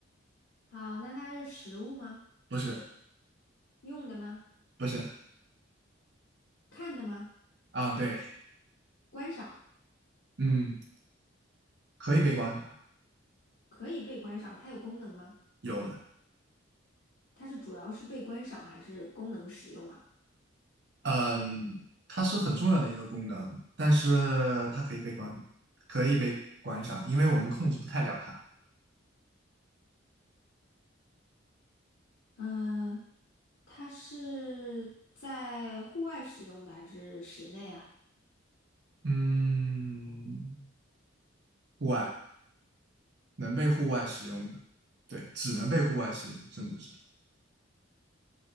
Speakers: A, on the left (about 80°); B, on the right (about 55°).
A: 好，那它是实物吗？
B: 不是
A: 用的吗？
B: 不是
A: 看的吗？
B: 啊，对，
A: 观赏，
B: 嗯，可以被关。
A: 可以被观赏，它有功能吗？
B: 有的，
A: 它是主要是被观赏还是功能使用啊？
B: 嗯，它是很重要的一个功能，但是它可以被关，可以被关上，因为我们控制不太了它。
A: 嗯，它是在户外使用的还是室内啊？
B: 嗯，户外能被户外使用的，对，只能被户外使用，甚至是，